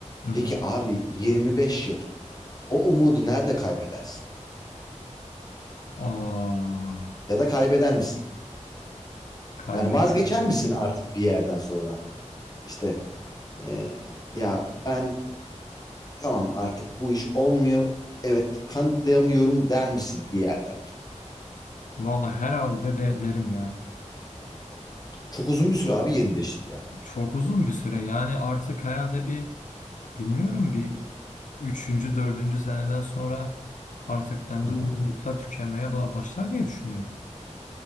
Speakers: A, on the left (about 85°); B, on the left (about 30°).
A: Hı
B: Peki
A: hı.
B: abi 25 yıl o umudu nerede kaybedersin?
A: Ah,
B: Ya da kaybeder misin?
A: kaybederim.
B: Yani vazgeçer misin artık bir yerden sonra? İşte e, ya ben tamam artık bu iş olmuyor. Evet kanıtlayamıyorum der misin bir yerde?
A: Valla herhalde de derim ya.
B: Çok uzun bir süre abi 25 yıl ya.
A: Çok uzun bir süre yani artık herhalde bir bilmiyorum bir üçüncü, dördüncü seneden sonra artık bende
B: Hı hı.
A: um- umutlar tükenmeye ba- başlar diye düşünüyorum.